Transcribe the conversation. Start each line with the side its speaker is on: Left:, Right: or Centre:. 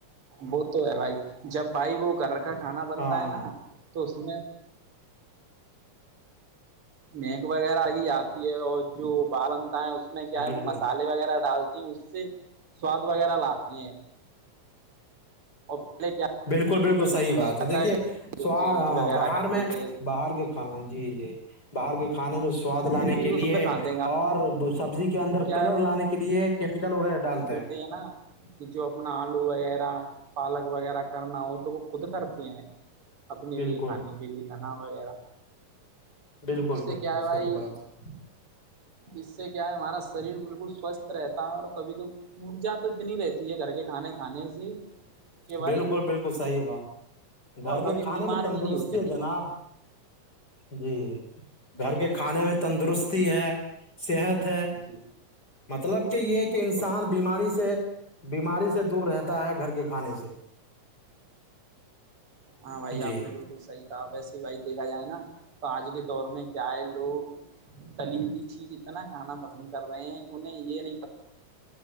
Right: وہ تو ہے بھائی جب بھائی وہ گھر کا کھانا بنتا
Left: ہاں
Right: ہے نا تو اس میں مہک وغیرہ اگے آتی ہے اور جو با بنتا ہے اس میں کیا ہے
Left: بالکل
Right: وہ مسال وغیرہ ڈالتے ہیں اس سے سواد وغیرہ لاتے ہیں اور پہلے کیا
Left: بالکل بالکل صحیح بات ہے
Right: آتا
Left: دیکھیے
Right: جو
Left: سو ہاں
Right: کہ وغیرہ
Left: باہر
Right: کرتے
Left: میں
Right: تھے
Left: باہر کے کھانا جی جی باہر کے کھانے میں سواد لانے
Right: پھر بھی
Left: کے
Right: وہ
Left: لیے
Right: شدھ کھاتے ہیں
Left: اور سبزی کے اندر
Right: کیا
Left: کلر
Right: ہے
Left: لانے کے لیے کیمیکل وغیرہ ڈالتے ہیں
Right: ہے نا کہ جو اپنا آلو وغیرہ پالک وغیرہ کرنا وہ تو وہ خود کرتے ہیں اپنے
Left: بالکل
Right: لیے کھانے کے لیے دھنا وغیرہ
Left: بالکل
Right: اس سے
Left: بالکل
Right: کیا ہے بھائی
Left: سحی بات ہے
Right: اس سے کیا ہے ہمارا شریر بالکل سوستھ رہتا ہے اور کبھی کبھی اورجا تو اتنی رہتی ہے گھر کے کھانے کھانے سے کہ بھائی
Left: بالکل بالکل صحیح بات گھر
Right: اور کبھی
Left: کے کھانے
Right: بیمار
Left: میں تندرستی
Right: بھی نہیں ہوتے
Left: ہے جناب جی گھر کے کھانے
Right: ہاں
Left: میں
Right: جی
Left: تندرستی ہے صیحت ہے
Right: جی
Left: مطلب کہ یہ
Right: وہ
Left: کہ انسان
Right: تو ہے
Left: بیماری سے بیماری سے دور رہتا ہے گھر کے کھانے سے
Right: ہاں بھائی
Left: جی
Right: آپ نے بل بالکل صحیح کہا ویسے بھائی دیکھا جائے نا تو آج کے دور میں کیا ہے لوگ تلی ہوئی چیز اتنا کھانا پسند کر رہے ہیں کہ انہیں یہ نہیں پتا